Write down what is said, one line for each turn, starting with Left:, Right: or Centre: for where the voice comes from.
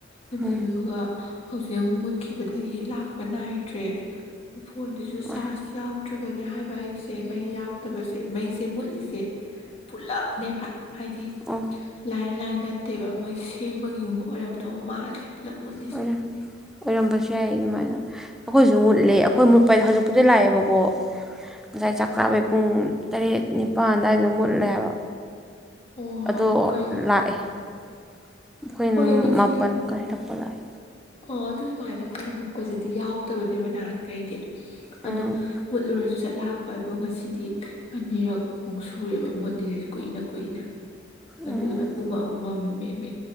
Left: ꯑꯗꯨꯗꯨꯒ
Centre: ꯎꯝ
Left: ꯍꯧꯖꯤꯛ ꯑꯃꯨꯛ ꯃꯨꯠꯈꯤꯕꯗꯒꯤ ꯂꯥꯛꯄ ꯅꯥꯏꯗ꯭ꯔꯦ ꯐꯣꯟꯗꯨꯁꯨ ꯆꯥꯔꯖ
Centre: ꯑꯣꯏ
Left: ꯌꯥꯎꯗ꯭ꯔꯕꯅꯦ ꯍꯥꯏꯕ ꯑꯩꯁꯦ ꯁꯦ ꯃꯩ ꯌꯥꯎꯇꯕꯁꯦ ꯃꯩꯁꯦ ꯃꯨꯠꯂꯤꯁꯦ ꯄꯨꯂꯞꯅꯦꯕ ꯍꯥꯏꯗꯤ
Centre: ꯑꯣ
Left: ꯂꯥꯏꯟ ꯂꯥꯏꯟ ꯅꯠꯇꯦꯕ ꯃꯣꯏ ꯁꯦꯝꯕꯒꯤꯒꯨꯝꯕ ꯑꯣꯏꯔꯝꯗꯧꯕ ꯃꯥꯜꯂꯦ ꯄꯨꯂꯞ ꯃꯨꯠꯂꯤꯁꯦ
Centre: ꯑꯣꯏꯔꯝꯅꯤ ꯑꯣꯏꯔꯝꯕꯁꯨ ꯌꯥꯏ ꯑꯗꯨꯃꯥꯏꯅ ꯑꯩꯈꯣꯏꯁꯨ ꯃꯨꯠꯂꯦ ꯑꯩꯈꯣꯏ ꯃꯨꯠꯄ ꯍꯥꯏꯗꯤ ꯍꯧꯖꯤꯛꯄꯨꯗꯤ ꯂꯥꯛꯑꯦꯕꯀꯣ ꯉꯁꯥꯏ ꯆꯥꯛ ꯆꯥꯕꯩ ꯄꯨꯡ ꯇꯔꯦꯠ ꯅꯤꯄꯥꯜ ꯑꯗꯨꯋꯥꯏꯗꯣ ꯃꯨꯠꯂꯦꯕ
Left: ꯑꯣ
Centre: ꯑꯗꯣ
Left: ꯑꯗꯨ ꯀꯩ
Centre: ꯂꯥꯛꯑꯦ ꯑꯩꯈꯣꯏꯅ
Left: ꯍꯣꯏ ꯉꯁꯤ
Centre: ꯃꯥꯄꯜ ꯍꯦꯟꯂꯛꯄ ꯂꯥꯛꯑꯦ
Left: ꯑꯣ ꯑꯗꯨ ꯁꯨꯃꯥꯏꯅ ꯀꯨꯏꯅ ꯃꯨꯠꯄꯁꯤꯗꯤ ꯌꯥꯎꯗꯕꯅꯦꯕ ꯅꯍꯥꯟꯈꯩꯗꯤ
Centre: ꯎꯝ
Left: ꯑꯗꯣ ꯃꯨꯠꯂꯨꯔꯁꯨ ꯆꯠꯂꯥꯛꯄ ꯑꯗꯣ ꯉꯁꯤꯗꯤ ꯑꯅꯤꯔꯛ ꯃꯨꯛ ꯁꯨꯔꯦꯕ ꯃꯨꯠꯂꯤꯁꯦꯁꯨ ꯀꯨꯏꯅ ꯀꯨꯏꯅ
Centre: ꯎꯝ
Left: ꯑꯗꯨꯅ ꯄꯨꯝꯃꯝ ꯃꯝꯃꯦꯃꯤ